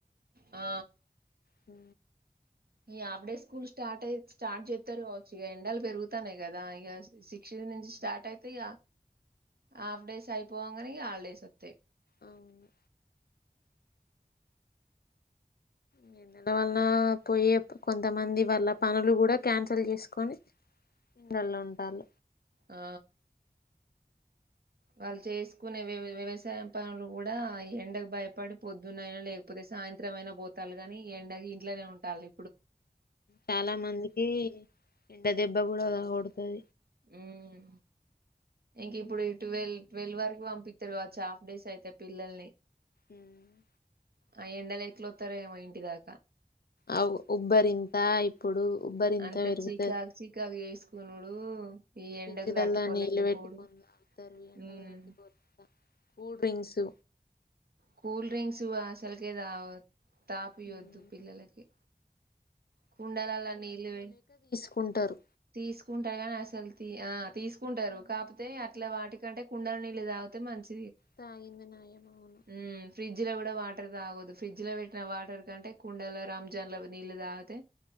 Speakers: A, on the right; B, on the left.
A: ఆ
B: హ
A: ఈ హాఫ్ డేస్ స్కూల్ స్టార్ట్ అయి స్టార్ట్ చెప్తారు కావచ్చు ఇక ఎండాలు పెరుగుతాన్నాయి కదా ఇక సిక్స్ నుంచి స్టార్ట్ అయితే ఇ హాఫ్ డేస్ అయిపోవ కనీ హాఫ్ డేస్ వస్తాయి
B: అవును న నెల వల్ల పోయే కొంతమంది వాళ్ళ పనులు కూడా క్యాన్సిల్ చేసుకొని ఇండలో ఉంటళ
A: ఆ వాళ్ళు చేసుకునే వ వ్యవసాయం పనులు కూడా ఎండకు భయపడి పొద్దునయినా లేకపోతే సాయంత్రం అయినా పోతాలి కాని ఎండ ఇంట్లోనే ఉండాలి
B: చాలా మందికి ఎండ దెబ్బ కూడా తగూడదు అ
A: హ్మ్ ఇంక ఇప్పుడు ట్వెల్ ట్వల్వ్ వరకు పంపిస్తారు కావచ్చు, హాఫ్ డేస్ అయితే పిల్లల్ని.
B: మ్మ్
A: ఆ ఎండెల ఎట్లత్తరో ఏమో ఇంటి దాకా
B: ఆగు ఉబ్బరింత అయి ఇప్పుడు ఉబ్బరి ఇంత
A: అంత
B: పెరుగుతది,
A: చికాకు చికాకు చేసుకునుడు ఈ
B: ఫ్రిడ్జ్లలో
A: ఎండకు తట్టుకోలేకపోవుడు
B: నీళ్ళు పెట్టుకొని తాగుతారు, ఎండకు
A: ఉమ్
B: దట్టుకో లేక కూల్ డ్రింక్స్.
A: కూల్ డ్రింక్స్ అసల్ కే తాగ తాపియొద్దు
B: ఉమ్,
A: పిల్లలకి కుండలాల నీల్ వే
B: కుంటరు
A: తీసుకుంటా గాని అసలు తీ ఆ తీసుకుంటారు, కాకపోతే అట్లా వాటికంటే కుండల నీళ్ళు తాగితే మంచ్.
B: తాగింది నాయమ్మ గూనా
A: ఉమ్ ఫ్రిడ్జ్ లో కూడా వాటర్ తాగొద్దు ఫ్రిడ్జ్ లో, పెట్టిన వాటర్ కంటే కుండలో రంజాన్ల నీళ్లు తాగితే.